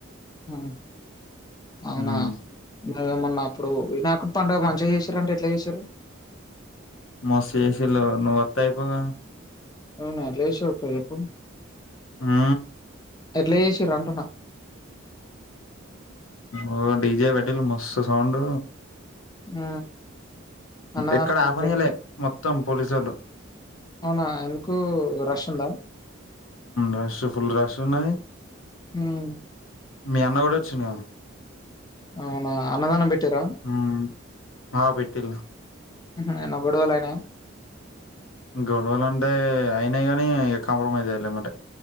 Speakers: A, on the left; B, on the left.
A: ఆ అవునా
B: హ్మ్
A: అదమన్నా అప్పుడు వి నాకు పడుగ మంచిగా చేశారంటే ఎట్లా చేశారు
B: మసిసి నూ టయిపుగా
A: అవునా లేషోర్ పో ఎప్పు
B: ఆ
A: ఎట్లా చేసిరి రంటన్నా
B: ఓ డిజే పెట్టటిలు మస్తు సౌండ్
A: ఆ అన్నదానం
B: ఎక్కడ
A: పెట్టిర్రా?
B: ఆపనియలే మొత్తం పోలిసలు
A: అవునా! ఎందుకు రష్ ఉందా?
B: రసఫల్ రస న
A: హ్మ్.
B: మీ అన్న కూడా వచ్చిందియా
A: అవునా అన్నదనం బట్టి తరా
B: హ్మ్ ఆ పెట్టిలా
A: ఆహా ఏమైనా గొడవలయినాయ
B: గొడవలు అంటే అయినాయి కాగానీ కాంప్రమైజ్ అయ్యలేమట